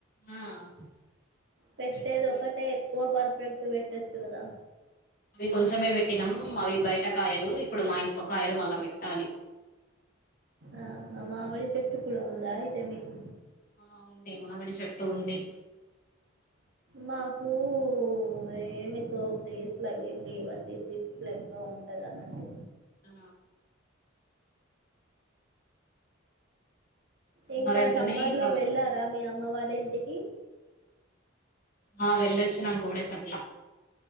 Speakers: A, on the left; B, on the right.
A: ఆ
B: పెట్టేది
A: రెండు రెండు
B: ఒకటే ఎక్కువ పర్ఫెక్ట్ పెట్టచ్చు గదా
A: అవి కొంచమే పెట్టినం అవి బయట కాయలు ఇప్పుడు మా ఇంట్లో కాయలు మళ్ళ పెట్టాలి.
B: ఆహ మామిడి చెట్టు కూడా ఉందా అయితే మీకు
A: ఆ ఉంది మామిడి చెట్టు ఉంది.
B: మాకూ ఏం ఎక్కువ ప్లేస్లవి ఏం లేవండి సిటీల ఎక్కువ ఉంటదన్నట్టు
A: ఆ
B: ఇంకా
A: సమ్మర్ అంటేనే
B: సమ్మర్లో
A: ఇక అవి
B: వెళ్ళారా మీ అమ్మ వాళ్ళ ఇంటికి
A: ఆ వెళ్ళొచ్చినం టూ డేస్ అట్ల